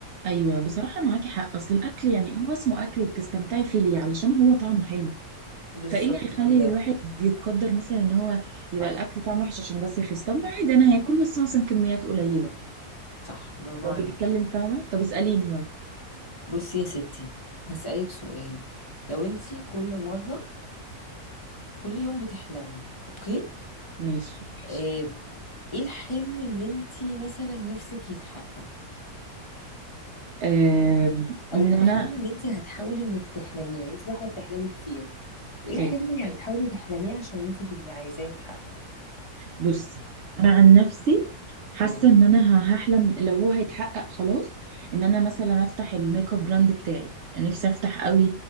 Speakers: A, on the right; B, on the left.
A: ايوه بصراحة معاكي حق أصل الأكل يعني هو اسمه أكل وبتستمتعي فيه ليه علشان هو طعمه حلو
B: بالظبط
A: فايه اللي هيخلي
B: كده
A: الواحد يتقدر مثلا ان هو يبقى
B: صح
A: الاكل طعمه وحش عشان بس يخس طب ما عادي انا هاكل بس مثلا كميات قليله
B: صح برافو
A: لو
B: عليكي
A: بنتكلم فاهمه طب اساليني يلا
B: بصي يا ستي هسألك سؤال لو انتي كل مرة كل يوم بتحلمي اوكي
A: ماشي
B: آه، ايه الحلم اللي انتي مثلا نفسك يتحقق
A: آه
B: او
A: ان
B: الحلم
A: انا
B: اللي انتي هتحاولي انك تحلميه يعني انتي واحدة بتحلمي كتير ايه
A: حلو
B: الحلم اللي هتحاولي تحلميه عشان انتي تبقي عايزاه يتحقق
A: بصي انا عن نفسي حاسه
B: مم.
A: ان انا ه- هحلم لو هو هيتحقق خلاص ان انا مثلا افتح الميك اب براند بتاعي يعني نفسي افتح قوي